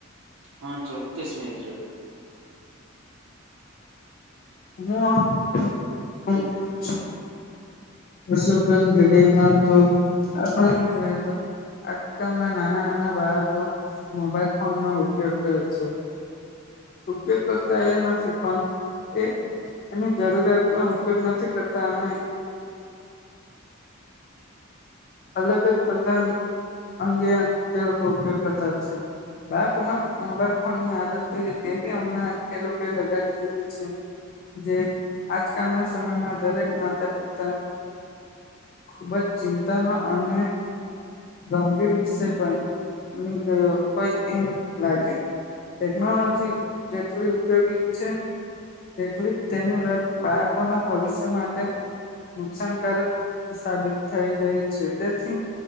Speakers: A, on the right (about 70°); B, on the left (about 45°).
A: હા, ચોક્કસ મિત્ર
B: <unintelligible> પશું પણ જગ્યાએ જાવો ને, તો આપને બી જાય તો આજકાલ, ના નાના, નાના બાળકો મોબાઈલ ફોનનો ઉપયોગ કરે છે. ઉપયોગ કરતા એ નથી, પણ એ એની જરૂરિયાતનો ઉપયોગ નથી, કરતા અને અલગ જ પ્રકાર અંગે તે લોકો ઉપયોગ કરતા જ છે. બાકમાં મોબાઈલ ફોન ની આદત એવી હમણાં એ લોકો લગાડી દીધી છે. જે આજકાલના સમયમાં, દરેક માતા પિતા ખૂબ જ ચિંતાનો અને ગંભીર વિષય બની ગયો હોય, એમ લાગે ટેકનોલોજી જેટલી ઉપયોગી છે, તેટલી જ, તેની લત બાળકોના ભવિષ્ય માટે નુકસાનકારક સાબિત થઈ રહી છે, તેથી